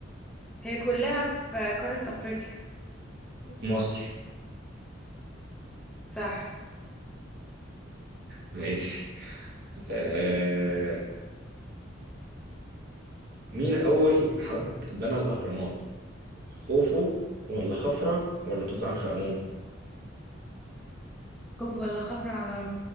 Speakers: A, in the centre; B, on the right (about 55°).
A: هي كلها في قارة افريقيا
B: مصر
A: صح
B: ماشي آه مين اول حد بنى الاهرامات خوفو ولا خفرة ولا توت عنخ آمون
A: خوف ولا خفر على النار؟